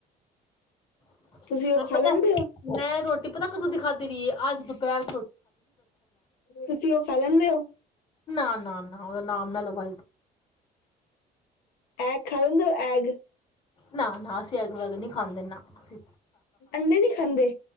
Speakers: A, on the left; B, on the left.
A: <inaudible>
B: ਤੁਸੀਂ ਉਹ ਖਾ
A: ਪਤਾ
B: ਲੈਂਦੇ ਹੋ
A: ਮੈਂ ਰੋਟੀ ਪਤਾ ਕਦੋ ਦੀ ਖਾਦੀ ਦੀਏ, ਅੱਜ ਦੋਪਹਿਰ
B: ਤੁਸੀ ਓ ਖਾ ਲੈਂਦੇ ਓ।
A: ਨਾ, ਨਾ, ‌ ਨਾ, ਉਦਾ ਨਾਮ ਨਾ ਲੋ <inaudible>
B: ਐਗ ਖਾ ਲੈਦੇਂ ਐਗ
A: ਨਾ, ਨਾ ਅਸੀੇ ਐਗ ਵਗੈਰਾ ਨੀ ਖਾਂਦੇ ਨਾ ਅਸੀ
B: ਅੰਡੇ ਨੀ ਖਾਂਦੇ।